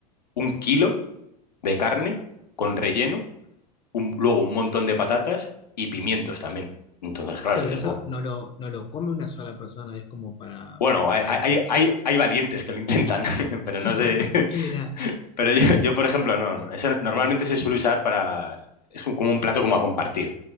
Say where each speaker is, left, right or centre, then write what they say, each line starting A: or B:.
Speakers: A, on the left; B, on the left.
A: un kilo de carne con relleno, un- luego un montón de patatas y pimientos también. Entonces, claro,
B: Pero
A: digo,
B: eso no lo, no lo come una sola persona, es como para,
A: bueno, hay,
B: para
A: hay,
B: las personas.
A: hay, hay valientes que lo intentan, <laughs> pero
B: <laughs>
A: no sé.
B: Mira,
A: Pero yo, <laughs> yo, por ejemplo, no. Eso normalmente se suele usar para... Es como un plato como a compartir.